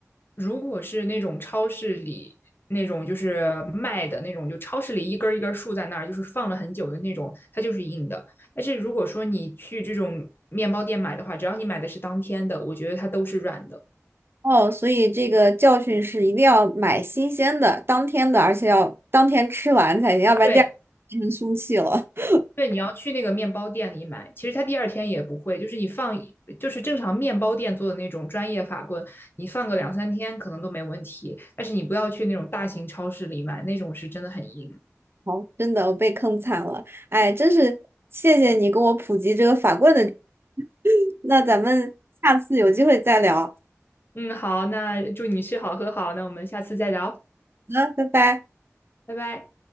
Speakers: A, on the left (about 45°); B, on the right (about 50°).
A: 如果是那种超市里那种就是卖的那种，就超市里一根儿一根儿竖在那儿，就是放了很久的那种，它就是硬的。但是如果说你去这种面包店买的话，只要你买的是当天的，我觉得它都是软的。
B: 哦，所以这个教训是一定要买新鲜的、当天的，而且要当天吃完才行，要不然第二天变成凶器了。
A: 对
B: <laughs>
A: 对，你要去那个面包店里买，其实它第二天也不会，就是你放一就是正常面包店做的那种专业法棍，你放个两三天可能都没问题。但是你不要去那种大型超市里买，那种是真的很硬。
B: 好，真的，我被坑惨了。哎，真是谢谢你跟我普及这个法棍的知识那咱们下次有机会再聊。好
A: 嗯，好，那祝你吃好喝好，那我们下次再聊，
B: 的，拜拜。
A: 拜拜。